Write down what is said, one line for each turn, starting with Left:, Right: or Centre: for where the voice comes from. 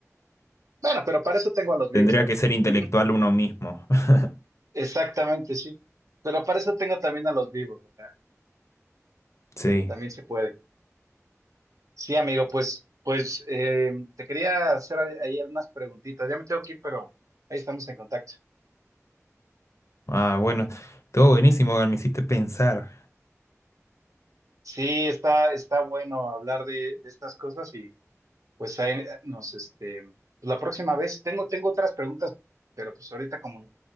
Right: Bueno, pero para eso tengo a los vivos
Left: Tendría
Right: también,
Left: que ser intelectual
Right: ¿no?
Left: uno mismo. <laughs>
Right: Exactamente, sí. Pero para eso tengo también a los vivos, o sea,
Left: Sí.
Right: también se puede. Sí, amigo, pues, pues eh, te quería hacer a- ahí unas preguntitas. Ya me tengo que ir, pero ahí estamos en contacto.
Left: Ah, bueno. Todo buenísimo, Gal, me hiciste pensar.
Right: Sí, está, está bueno hablar de, de estas cosas y pues ahí nos, este, pues, la próxima vez tengo, tengo otras preguntas, pero pues ahorita como